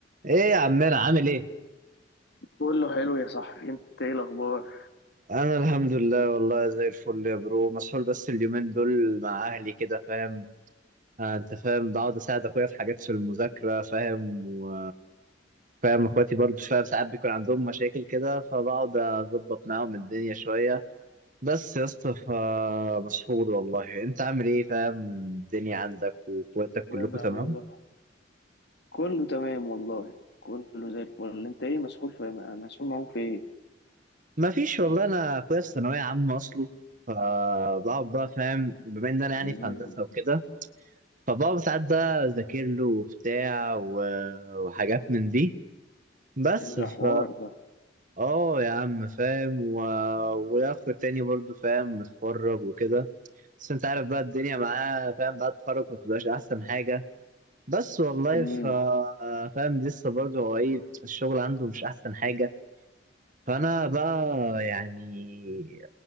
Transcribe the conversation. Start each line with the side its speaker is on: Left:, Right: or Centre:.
Right: ايه يا عمنا عامل ايه
Left: كله حلو يا صاحبي انت ايه الاخبار
Right: انا الحمد لله والله زي الفل يا برو مسحول بس اليومين دول مع اهلي كده فاهم آه انت فاهم بقعد اساعد اخويا في حاجات في المذاكره فاهم و فاهم اخواتي برضو فاهم ساعات بيكون عندهم مشاكل كده فبقعد اظبط معاهم الدنيا شويه بس يا اسطى فمسحول والله انت عامل ايه فاهم الدنيا عندك واخواتك كلكم
Left: جدع
Right: تمام
Left: والله كله تمام والله كله زي الفل انت ايه مسحول في مسحول معاهم في ايه
Right: ما فيش والله انا اخويا في ثانويه عامه اصله فبقعد بقى فاهم بما ان انا يعني
Left: مم.
Right: في هندسه وكده فبابا ساعات بقى أذاكر له وبتاع و- وحاجات من دي بس
Left: ده
Right: ف
Left: حوار ده
Right: اه يا عم فاهم و... والاخ التاني برضو فاهم متخرج وكده بس انت عارف بقى الدنيا معاه فاهم بعد التخرج مبتبقاش احسن حاجة بس والله
Left: مم.
Right: ف... فاهم لسه برضو هو ايه الشغل عنده مش احسن حاجة فانا بقى يعني